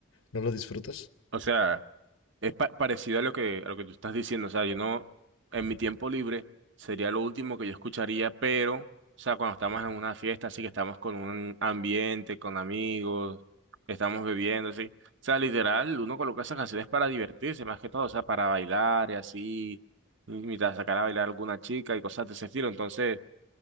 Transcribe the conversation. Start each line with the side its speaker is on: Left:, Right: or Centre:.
Left: no lo disfrutas?
Right: O sea, es pa- parecido a lo que, a lo que tú estás diciendo. O sea, yo no, en mi tiempo libre sería lo último que yo escucharía, pero, o sea, cuando estamos en una fiesta, así que estamos con un ambiente, con amigos, estamos bebiendo, así. O sea, literal, uno coloca esas canciones para divertirse, más que todo, o sea, para bailar y así, imitar, sacar a bailar a alguna chica y cosas de ese estilo. Entonces...